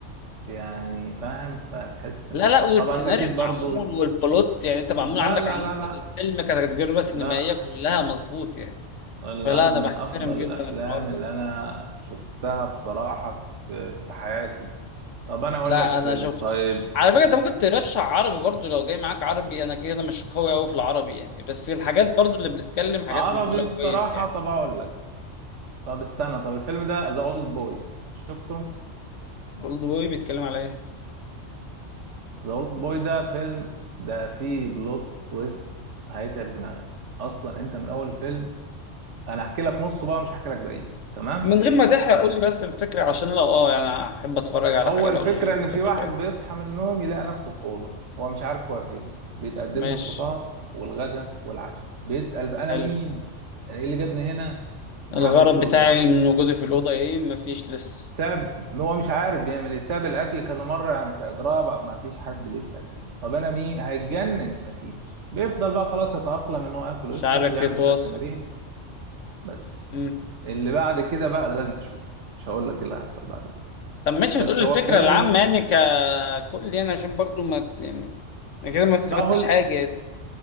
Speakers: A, on the right; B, on the left.
A: يعني فاهم فتحس
B: لا لا والسيناريو
A: طبعا انت اكيد برضو
B: معمول والبلوت يعني انت معمول
A: لا
B: عندك
A: لا
B: عناصر
A: لا لا
B: الفيلم كتجربة سينمائية
A: لا
B: كلها مظبوط يعني
A: انا
B: فلا انا
A: من
B: بحترم
A: افضل
B: جدا
A: الافلام
B: الحوار ده
A: اللي انا شفتها بصراحة في في حياتي طب انا اقول
B: لا
A: لك فيلم
B: انا شفته
A: طيب
B: على فكره انت ممكن ترشح عربي برضو لو جاي معاك عربي انا كده مش قوي قوي في العربي يعني بس الحاجات برضو اللي بنتكلم حاجات
A: عربي
B: معموله كويس
A: بصراحة
B: يعني
A: طب هقول لك طب استنى طب الفيلم ده ذا اولد بوي شفته
B: اولد بوي بيتكلم على ايه
A: ذا اولد بوي ده فيلم ده فيه بلوت تويست هيتعب دماغك اصلا انت من اول فيلم انا هحكي لك نصه بقى مش هحكي لك باقيه تمام
B: من غير ما تحرق قول لي بس الفكره عشان لو اه يعني احب اتفرج على
A: هو
B: حاجه
A: الفكرة
B: لو الفكره
A: إن في واحد
B: كويسه
A: بيصحى من النوم يلاقي نفسه في أوضة هو مش عارف هو فين بيتقدم
B: ماشي
A: له الفطار والغدا والعشاء بيسأل بقى أنا
B: حلو
A: مين؟ إيه اللي جابني هنا؟ محدش
B: الغرض
A: بيرد
B: بتاعي
A: عليه
B: من وجودي في الاوضه ايه مفيش لسه
A: ساب هو مش عارف بيعمل إيه ساب الأكل كذا مرة يعني كإضراب مفيش حد بيسأل فيه طب أنا مين؟ هيتجنن مفيش بيفضل بقى خلاص يتأقلم إن هو ياكل
B: مش
A: ويشرب
B: عارف
A: ويعمل
B: يتواصل
A: شوية تمارين بس
B: امم
A: اللي بعد كده بقى ده لازم تشوفه مش هقول لك إيه اللي هيحصل بعدين
B: طب ماشي
A: بس
B: هتقول لي الفكره
A: هو فيلم
B: العامه يعني ككل يعني عشان برضو ما ت- يعني انا كده ما استفدتش
A: ما هو
B: حاجه